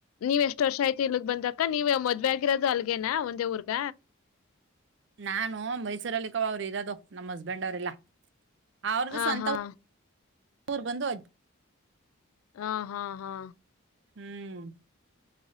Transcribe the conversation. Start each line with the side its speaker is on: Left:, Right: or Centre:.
Left: ನೀವೆ ಎಷ್ಟ ಎಷ್ಟು ವರ್ಷ ಆಯತಿ ಇಲ್ಗ್ ಬಂದಕ್ಕ ನೀವ್ ಮದ್ವೆ ಆಗಿರೋದು ಅಲ್ಗೇನಾ ಒಂದೇ ಊರ್ಗ
Right: ನಾನು ಮೈಸೂರಲ್ಲಿಕ್ಕ ಅವರು ಇರೋದು ನಮ್ಮ್ ಹಸ್ಬೆಂಡ್ ಅವ್ರಲ್ಲ ಅವ್ರ್ದು
Left: ಆ
Right: ಸ್ವಂತ
Left: ಹಾ.
Right: ಊರು ಮೂರ್ ಬಂದು
Left: ಹಾ- ಹಾ - ಹಾ
Right: ಹ್ಮ್